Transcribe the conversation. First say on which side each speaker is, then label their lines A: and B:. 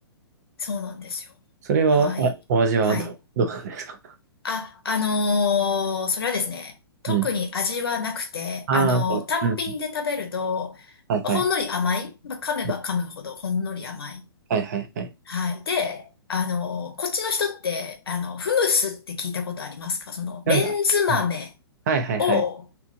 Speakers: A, on the left; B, on the right.
A: そうなんですよ。
B: それは、
A: はい。
B: あ、お味はど、
A: はい。
B: どうなんですか
A: あ、あのーそれはですね、特に味はなくて、
B: うん。ああ、
A: あのー単品で食べると、
B: うん。はいはい。
A: ほんのり甘い、まあ、噛めば噛むほどほんのり甘い。
B: うんはいはいはい。
A: はい。で、あのーこっちの人って、あの、フムスって聞いたことありますかその、
B: なんか、
A: レンズ豆
B: うんはいはいはい。
A: を